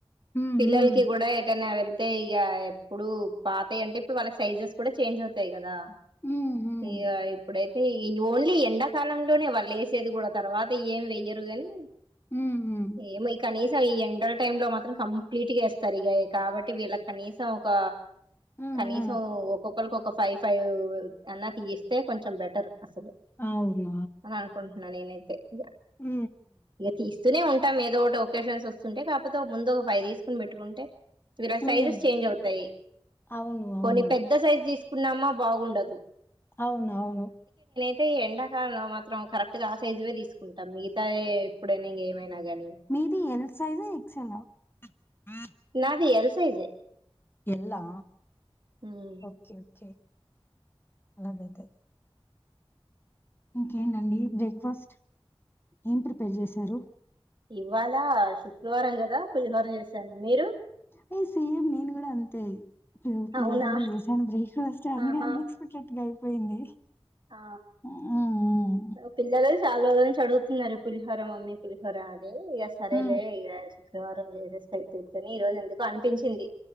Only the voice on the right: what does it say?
పిల్లలకి
కూడా ఏటైనా వెళి తే ఇగా ఎప్పుడు పాతయి అంటే ఇప్పుడు వాళ్ళకి సైజెస్ కూడా చేంజ్ అయితాయి కదా.
ఇగా ఇప్పుడైతే ఈ ఓన్లీ ఎండాకాలంలోనే వాళ్ళు ఎసేది కూడా తరువాత ఇయేం వెయ్యరు కానీ
ఎమో కనీ సం ఈ ఎండల టైమ్ లో మాత్రం కంప్లీట్గా ఎస్తరు ఇగా కాబట్టి వీళ్ళకి కనీసం ఒక
కనీసం
ఒక్కొక్కలకు ఒక ఫైవ్ ఫైవ్ అన్న తీయిస్తే కొంచెం బెటర్. అసలు
అని అనుకుంటున్న నేనైతే ఇగ
ఇగ తీస్తూనే ఉంటాం ఏదో ఒకటి ఒకేషన్స్ వస్తుంటే, కాకపోతే ఒక ముందు ఒక ఫైవ్ తీసుకొని పెట్టుకుంటే వీళ్లా
సైజెస్ చేంజ్ అవుతాయి.
పోని పెద్ద సైజ్ తీసు కున్నామా బాగుండదు.
అయితే ఈ ఎండాకాలంలో మాత్రం కరెక్ట్ గా ఆ సైజువే తీసుకుంటాం మిగతా ఎప్పుడైనా ఇంగా ఏమైనా కానీ.
నాది ఎల్ సైజే.
ఉమ్
ఇవ్వాలా శుక్రవారం కదా పులిహోర చేశాను. మీరు?
అవునా
ఆహా
ఆ
ఓ పిల్లలు చాలా రోజుల నుంచి అడుగుతున్నారు. పులిహోర మమ్మీ పులిహోర అని ఇగా సరేలే
ఇగ శుక్రవారం చేసేస్తే అయిపోద్దని ఈ రోజు ఎందుకో అనిపించింది.